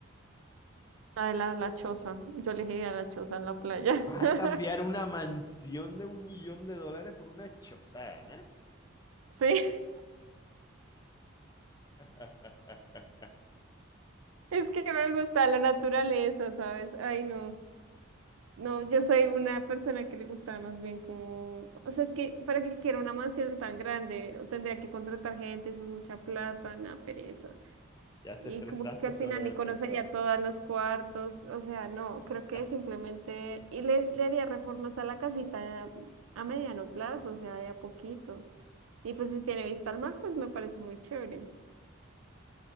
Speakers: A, on the right; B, on the left.
A: La de la, la choza. Yo elegiría la choza en la playa.
B: ¿Vas
A: <laughs>
B: a cambiar una mansión de un millón de dólares por una choza, Ana?
A: Sí,
B: <laughs>
A: es que me gusta la naturaleza, ¿sabes? Ay, no. No, yo soy una persona que le gusta más bien como, o sea, es que para que quiera una mansión tan grande, o tendría que contratar gente, eso es mucha plata, me da pereza.
B: Ya
A: Y
B: te estresaste
A: como que al
B: solo
A: final ni
B: de
A: conocería
B: pensar.
A: todos
B: <laughs>
A: los cuartos, o sea, no, creo que
B: Ah,
A: simplemente, y le, le haría reformas a la casita a mediano plazo, o sea, de a poquitos. Y pues si tiene vista al mar, pues me parece muy chévere.